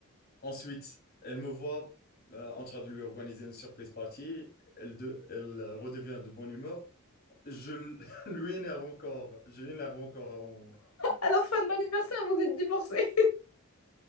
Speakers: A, on the left; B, on the left.
A: Ensuite, elle me voit euh, en train de lui organiser une surprise party. Elle, de- elle euh, redevient de bonne humeur. Je l- <laughs> lui énerve encore. Je l'énerve encore. en-
B: À la fin de l'anniversaire, vous êtes divorcés.